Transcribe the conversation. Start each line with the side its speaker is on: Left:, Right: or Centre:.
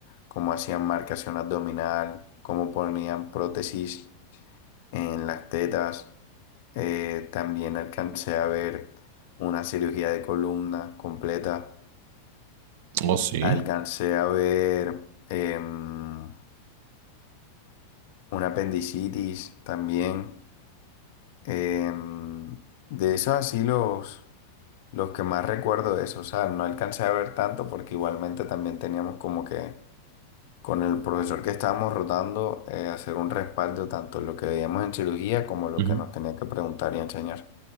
Left: cómo hacían marcación abdominal, cómo ponían prótesis en las tetas. Eh, también alcancé a ver una cirugía de columna completa.
Right: Oh, sí.
Left: Alcancé a ver em, una apendicitis también. Em, de esos así los, los que más recuerdo de eso, o sea, no alcancé a ver tanto porque igualmente también teníamos como que con el profesor que estábamos rotando eh, hacer un respaldo tanto lo que veíamos en cirugía como lo
Right: Ujú.
Left: que nos tenía que preguntar y enseñar.